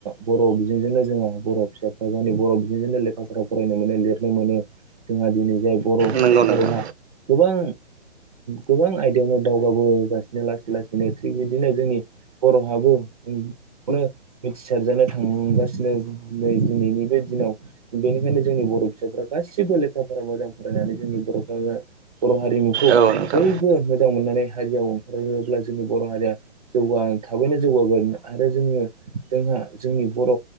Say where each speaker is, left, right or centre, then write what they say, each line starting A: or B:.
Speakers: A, on the right (about 35°); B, on the right (about 65°).
A: बर बिजोंजोंनो जोंहा बर फिसाफ्रा जोंनि बर बिजोंजोंनो लेखा फराय। राव फरायनो मोनो लिरनो मोनो जोंहा दिनै जाय बर
B: नंगौ नोंथां
A: बरहा गोबां। गोबां आयदायावनो दावगाबोगासिनो लासै लासैनो थिग बिदिनो जोंनि। बर हाबो। खौनो मिथिसारजानो थांगासिनो नै दिनैनि बे दिनाव बेनिखायनो। जोंनि बर फिसाफ्रा गासिबो लेखा फरा मोजां फरायनानै जोंनि बरफ्रा बर हारिमुखौ
B: औ नोंथां
A: बयबो। बयबो मोजां मोननानै हारियाव ओंखारोब्ला जोंनि बर हारिया जौगा थाबैनो जौगागोन आरो। जोंङो जोंहा जोंनि बर